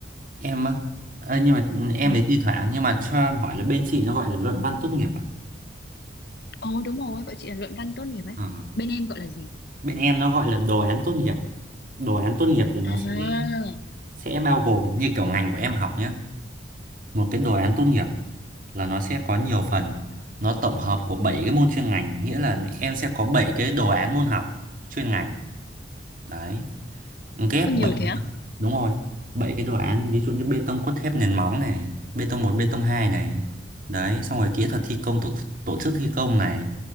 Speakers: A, on the right; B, on the left.
A: em á Ờ, nhưng mà em
B: ừ.
A: thì thi thoảng nhưng mà cho em hỏi là bên chị nó gọi là luận văn tốt nghiệp à
B: Ồ đúng rồi, bọn chị là luận văn tốt nghiệp ấy.
A: Ờ.
B: Bên em gọi là gì?
A: bên em nó gọi là đồ án tốt nghiệp đồ án tốt nghiệp thì nó
B: À,
A: sẽ sẽ bao gồm như kiểu ngành của em học nhé một cái đồ án tốt nghiệp là nó sẽ có nhiều phần nó tổng hợp của 7 cái môn chuyên ngành nghĩa là em sẽ có 7 cái đồ án môn học chuyên ngành đấy ghép
B: có nhiều
A: bảy
B: thế á?
A: đúng rồi 7 cái đồ án ví dụ như bê tông cốt thép nền móng này bê tông một bê tông 2 này đấy xong rồi kỹ thuật thi công tổ, tổ chức thi công này